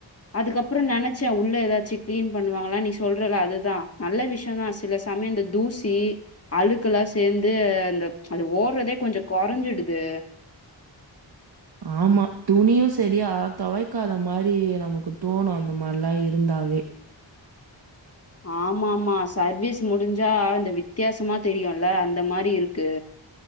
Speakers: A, on the left; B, on the right.
A: அதுகப்ரோ நெனச்சே உள்ள ஏதாச்சு க்ளீன் பண்ணுவாங்ள நீ சொல்றல அதுதா நல்ல விஷ்யோ னா சில சமயம் இந்த தூசி சி அழுக்கெல்லாம் சேர்ந்து அந்த அது ஓடுறதே கொஞ்சம் குறஞ்சிடு து
B: ஆமா துணியும் சரியா தொவைக்காத மாரி நமக்கு தோணும் அந்த மாரிலாம் இருந்தாவே
A: ஆமா ஆமா சர்வீஸ் முடிஞ்சா இந்த வித்தியாசமா தெரியும்ல அந்த மாரி இருக்கு